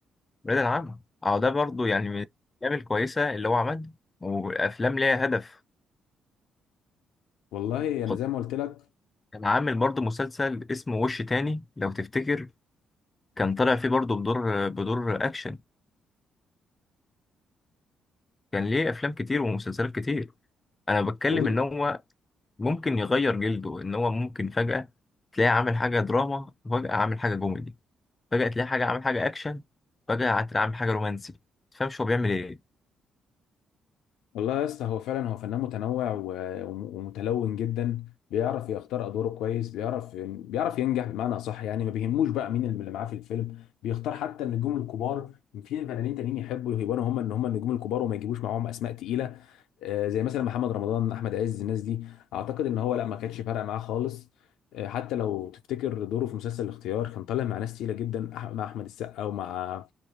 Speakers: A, on the left; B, on the left.
A: ولاد العم اه ده برضو يعني من الافلام الكويسه اللي هو عملها وافلام ليها هدف
B: فوالله انا
A: خد
B: زي ما قلت لك
A: كان عامل برضو مسلسل اسمه وش تاني لو تفتكر كان طالع فيه برضو بدور بدور اكشن كان ليه افلام كتير ومسلسلات كتير انا بتكلم
B: وال...
A: ان هو ممكن يغير جلده ان هو ممكن فجأة تلاقيه عامل حاجة دراما فجأة عامل حاجة كوميدي فجأة تلاقيه حاجة عامل حاجة اكشن فجأة هتلاقيه عامل حاجة رومانسي تفهمش هو بيعمل ايه
B: والله يا اسطى هو فعلا هو فنان متنوع و... وم- ومتلون جدا بيعرف يختار ادواره كويس بيعرف بيعرف ينجح بمعنى صح يعني ما بيهموش بقى مين اللي معاه في الفيلم بيختار حتى النجوم الكبار في فنانين تانيين يحبوا يبانوا هم ان هم النجوم الكبار وما يجيبوش معاهم اسماء تقيله آه، زي مثلا محمد رمضان احمد عز الناس دي اعتقد ان هو لا ما كانش فارقه معاه خالص آه، حتى لو تفتكر دوره في مسلسل الاختيار كان طالع مع ناس تقيله جدا أح- مع احمد السقا ومع